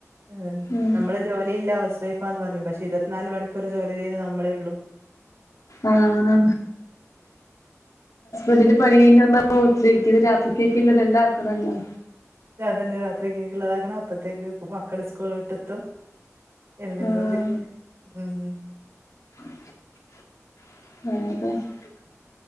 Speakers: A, on the right; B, on the left.
A: അതെ
B: ഉം
A: നമ്മള് ജോലിയില്ല, ഹൗസ് വൈഫാന്ന് പറയും പക്ഷ ഇരുപത്തിനാല് മണ- മണിക്കൂർ ജോലി ചെയ്യത് നമ്മളേ ഉള്ളു.
B: ആഹാ. ഇതിന്റെ പണി കഴിഞ്ഞഞ് വന്നാ ഓട്ടിലിരിക്കത് രാത്രിക്കക്കുള്ളതല്ല ആാക്കണല്ലോ.
A: തന്നെ രാത്രി കേക്ക ഉള്ളതാക്കണം അപ്പഴത്തേക്ക് മക്കൾ- കോട്ടത്തും എല്ലാം
B: ആഹ്
A: കൂടി, ഉം ഉം
B: <unintelligible>